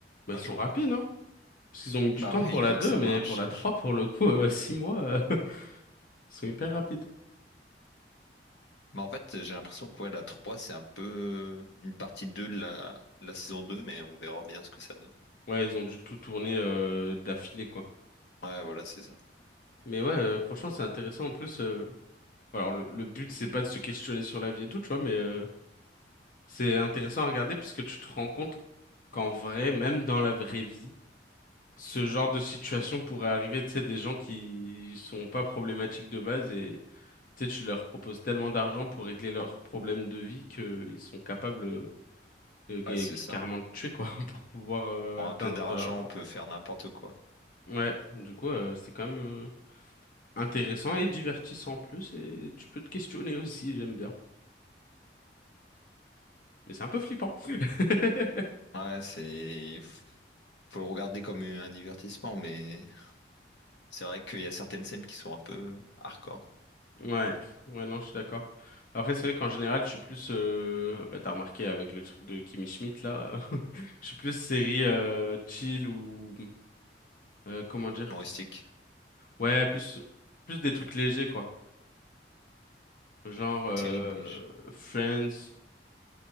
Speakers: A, on the left; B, on the left.
A: Bah,
B: Fin
A: ils sont
B: juin.
A: rapides, hein? Parce qu'ils ont mis du
B: Bah
A: temps
B: ouais,
A: pour
B: ils
A: la
B: voient
A: 2
B: que ça
A: mais
B: marche.
A: pour la 3 pour le coup, euh, <laughs> 6 mois, euh, <laughs> ils sont hyper rapides.
B: <laughs> Mais en fait, j'ai l'impression que ouais, la 3, c'est un peu une partie 2 de la, la saison 2, mais on verra bien ce que ça donne.
A: Ouais, ils ont dû tout tourner euh, d'affilée, quoi.
B: Ouais, voilà, c'est ça.
A: Mais ouais, euh, franchement, c'est intéressant. En plus, euh, alors le, le but, c'est pas de se questionner sur la vie et tout, tu vois, mais euh, c'est intéressant à regarder parce que tu te rends compte qu'en vrai, même dans la vraie vie, ce genre de situation pourrait arriver, tu sais, des gens qui sont pas problématiques de base et tu sais, tu leur proposes tellement d'argent pour régler leurs problèmes de vie qu'ils sont capables euh, de gagner-
B: Ouais, c'est ça.
A: carrément de tuer, quoi, <laughs> pour pouvoir euh,
B: Pour
A: atteindre
B: un peu d'argent,
A: de l'argent.
B: on peut faire n'importe quoi.
A: Ouais, du coup, euh, c'est quand même euh, intéressant et divertissant en plus et tu peux te questionner aussi, j'aime bien. Mais c'est un peu flippant. <laughs>
B: Ouais, c'est... Faut faut le regarder comme un divertissement, mais c'est vrai qu'il y a certaines scènes qui sont un peu hardcore,
A: Ouais, ouais, non, je suis d'accord. Après, c'est vrai qu'en général, je suis plus, euh, bah, t'as remarqué avec le truc de Kimi Schmidt là, <laughs> je suis plus série euh, chill ou euh, comment dire,
B: humoristiques.
A: ouais, plus, plus des trucs légers quoi, genre euh,
B: Série léger.
A: Friends,